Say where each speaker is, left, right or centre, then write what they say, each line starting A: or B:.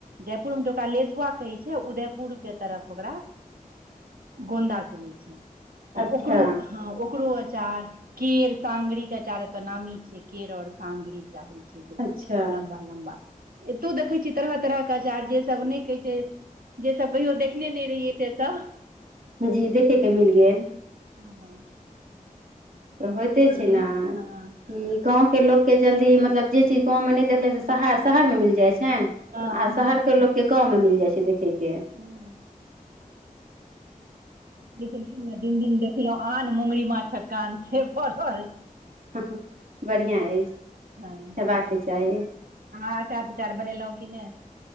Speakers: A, on the right (about 80°); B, on the right (about 70°).
A: जयपुरमे तऽ ओकरा लेसुआ कहै छै उदयपुर के तरफ ओकरा। गोन्दा कहै छै तऽ
B: अच्छा
A: ओकरो। हँ ओकरो अचार केर सांगरी के आचार एत नामी छिय केरड़ और सांगरी। होइ छै,
B: अच्छा
A: लम्बा लम्बा। एतौ देखै छियै तरह तरहके अचार जे सभ नहि कहै छै जे सभ कहियो देखने नहि रहियै से सभ
B: जी देखे कऽ मिल गेल
A: ह ह
B: त होइते छै
A: दिन
B: ने
A: हँ
B: ई गाव के लोकके जल्दी मतलब जे चीज गाव मे नहि देखले से शहर शहर मे मिल जाइ छनि
A: हँ
B: आ
A: हँ
B: शहर के लोको के गाव मिल जाय छै देखे के
A: ओ। देखेलखिन ने दिन दिन देखलहुँ आन मुगरी माछ कऽ कान छै पड़ल
B: हु हु बढ़िआ अछि
A: हँ
B: हेबाके चाही
A: अहाँ अचार तचार बनेलहुँ कि ने